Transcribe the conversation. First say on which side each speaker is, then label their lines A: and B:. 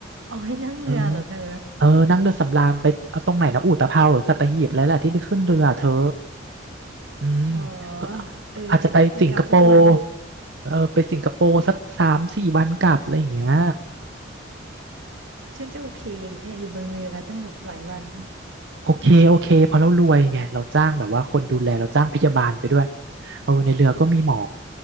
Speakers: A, on the right (about 80°); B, on the right (about 60°).
A: เอาให้นั่งเรือเหรอเธอ
B: เออ เออนั่งเรือสำราญไปเอาตรงไหนนะอุตภเปาวหรือสัตหีบอะไรแหละที่ไปขึ้นเรือเธออืม
A: อ๋อ
B: ก็
A: เออไปไปกลับสักวัน
B: อาจจะไปสิงคโปร์เออไปสิงคโปร์สักสามสี่วันกลับอะไรอย่างเงี้ย
A: ฉันจะโอเคไหมเนี่ยอยู่บนเรือตั้งแบบหลายวัน
B: โอเคโอเคเพราะเรารวยไงเราจ้างแบบว่าคนดูแลเราจ้างพยาบาลไปด้วยเออในเรือก็มีหมอ